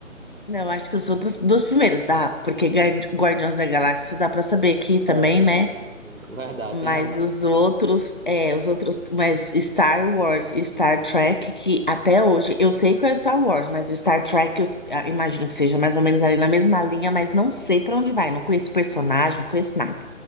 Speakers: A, on the left; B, on the right.
A: Não, acho que eu sou dos, dos primeiros, dá, porque Guar- Guardiões da Galáxia dá pra saber que também,
B: É, dá
A: né?
B: pra saber. Verdade,
A: Mas
B: tem razão.
A: os outros, é, os outros, mas Star Wars e Star Trek, que até hoje, eu sei qual é o Star Wars, mas o Star Trek eu ah, imagino que seja mais ou menos ali na mesma linha, mas não sei pra onde vai, não conheço personagem, não conheço nada.